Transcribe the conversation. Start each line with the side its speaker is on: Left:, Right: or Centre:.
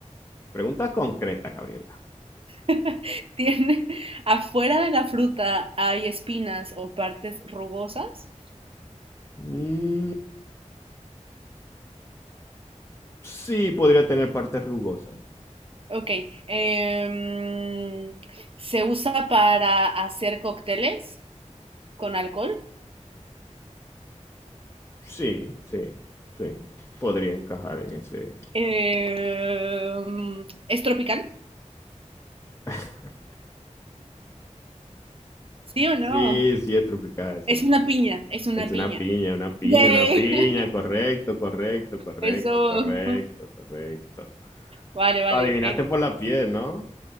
Left: Preguntas concretas, Gabriela.
Right: <laughs> ¿Tiene afuera de la fruta hay espinas o partes rugosas?
Left: Mm, sí, podría tener partes rugosas.
Right: Ok. em, ¿se usa para hacer cócteles con alcohol?
Left: Sí, sí, sí. Podría encajar en ese.
Right: Em, ¿es tropical?
Left: <laughs>
Right: ¿Sí o no?
Left: Sí, sí, es tropical, sí
Right: Es
Left: es tropical.
Right: una piña, es una
Left: Es
Right: piña.
Left: una piña, una piña,
Right: Yay.
Left: una piña.
Right: <laughs>
Left: Correcto, correcto, correcto,
Right: Eso,
Left: correcto, correcto.
Right: vale, vale.
Left: Lo adivinaste
Right: es-
Left: por la piel, ¿no?